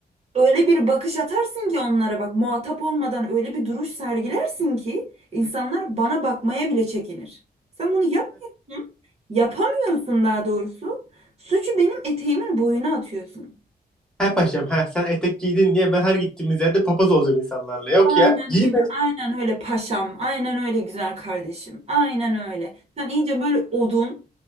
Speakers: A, on the right; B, in the centre.
A: Öyle bir bakış atarsın ki onlara bak muhatap olmadan öyle bir duruş sergilersin ki insanlar bana bakmaya bile çekinir. Sen bunu yapmıyorsun. Yapamıyorsun daha doğrusu. Suçu benim eteğimin boyuna atıyorsun.
B: her paşam ha sen etek giydin diye ben her gittiğimiz yerde papaz olacağım insanlarla. Yok
A: Aynen
B: ya giyme.
A: öyle. Aynen öyle paşam. Aynen öyle güzel kardeşim. Aynen öyle. Sen iyice böyle odun